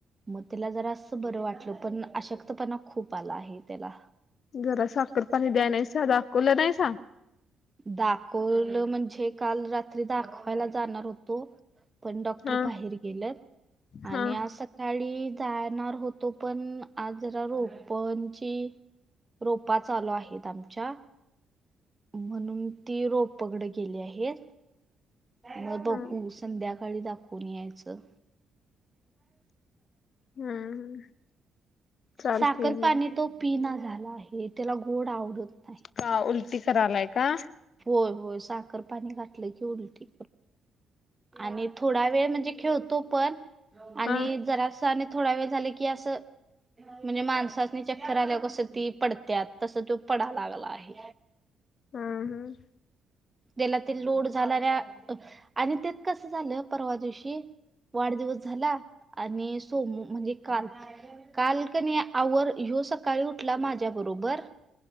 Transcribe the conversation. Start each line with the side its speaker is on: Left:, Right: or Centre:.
Right: मग त्याला जरा असं बरं वाटल पण अशक्तपणा खूप आला आहे त्याला.
Left: जरा साखर पाणी द्याय नाहीसा, दाखवलं नाहीसा.
Right: दाखवलं म्हणजे काल रात्री दाखवायला जाणार होतो. पण डॉक्टर
Left: हा
Right: बाहेर गेल्यात
Left: हा
Right: आणि आस सकाळी जाणार होतो पण, आज जरा रोपणची रोपा चालू आहेत आमच्या. म्हणून ती रोप पकड गेली आहेत. मग बघू
Left: हा
Right: संध्या काळी दाखवून यायचं.
Left: हम्म. चालतंय
Right: साखर
Left: की
Right: पाणी तो पिना झाला आहे, त्याला गोड आवडत नाही.
Left: का उलटी करालाय का-
Right: होय होय, साखर पाणी घाठलं की उलटी आणि थोडा वेळ म्हणजे खेळतो पण, आणि
Left: हा
Right: जरास ने थोडा वेळ झालं की असं म्हणजे माणसासनी चक्कर आल्याव कस ती पडत्यात, तसं तो पडा लागलाय.
Left: हम्म हम्म.
Right: त्याला ते लोड झाला आणि तेत कसं झालं, परवा दिवशी वाढदिवस झाला आणि सोम म्हणजे काल काल कणी आवर, ह्यो सकाळी उठला माझ्या बरोबर.